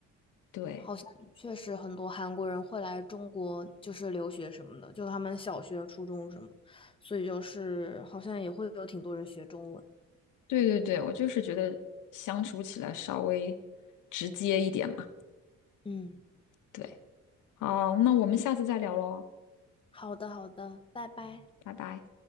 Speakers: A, on the left; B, on the left.
A: <laughs> 对，
B: 好像确实很多韩国人会来中国，就是留学什么的，就他们小学、初中什么，所以就是好像也会有挺多人学中文。
A: 对对对，我就是觉得相处起来稍微直接一点嘛。
B: 嗯，
A: 对，好，那我们下次再聊喽，
B: 好的，好的，拜拜。
A: 拜拜。